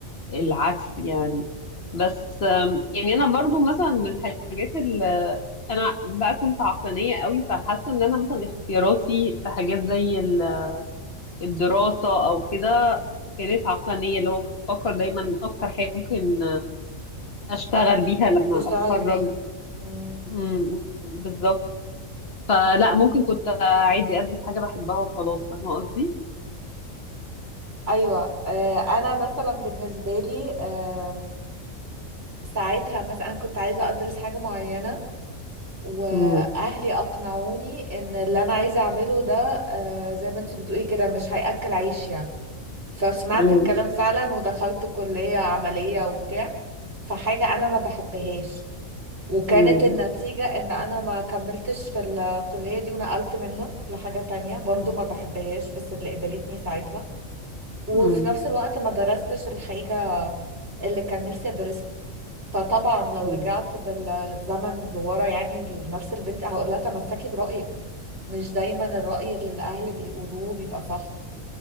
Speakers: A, on the left; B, on the right.
A: العكس يعني بس أم، يعني أنا برضو مثلا من الحاجات اللي أنا بقى كنت عقلانية قوي فحاسة إن أنا مثلا اختياراتي في حاجات زي ال- الدراسة أو كده كانت عقلانية اللي هو كنت بفكر دايما أكتر حاجة ممكن أشتغل بيها لما
B: تشتغلي
A: أتخرج
B: بيها مم.
A: م- م- بالظبط فلا ممكن كنت عادي ادرس حاجه بحبها وخلاص فاهمه قصدي
B: أيوة آه أنا مثلا بالنسبة لي آه ساعتها مثلا أنا كنت عايزة أدرس حاجة معينة وأهلي
A: مم.
B: أقنعوني إن اللي أنا عايزة أعمله ده آه زي ما أنت بتقولي كده مش هيأكل عيش يعني فسمعت
A: مم.
B: الكلام فعلا ودخلت كلية عملية وبتاع فحاجة أنا ما بحبهاش وكانت
A: مم.
B: النتيجة ان انا ما كملتش في الكلية دي ونقلت منها لحاجة تانية برضو
A: مم.
B: ما بحبهاش بس اللي قبلتني ساعتها وفي
A: مم.
B: نفس الوقت ما درستش الحاجة اللي كان نفسي ادرسها فطبعا لو
A: مم.
B: رجعت بالزمن لورا يعني لنفس البنت هقول لها تمسكي برأيك مش دايما الرأي اللي الاهل بيقولوه بيبقى صح